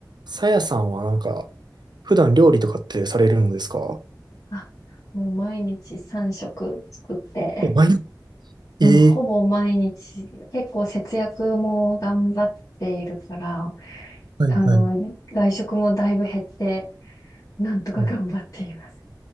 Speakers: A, on the right (about 75°); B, on the left (about 50°).
A: さやさんはなんか、普段料理とかってされるのですか
B: あ、もう毎日3食作って、
A: お
B: うん、
A: 前、ええ
B: ほぼ毎日、結構節約も頑張っているから、
A: はいはい。
B: あの、外食もだいぶ減って、なんとか頑張っています。
A: うん、